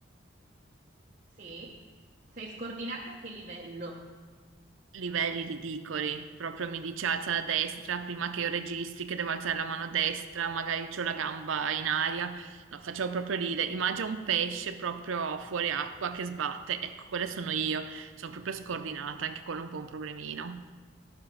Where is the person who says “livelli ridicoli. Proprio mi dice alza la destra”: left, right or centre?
Right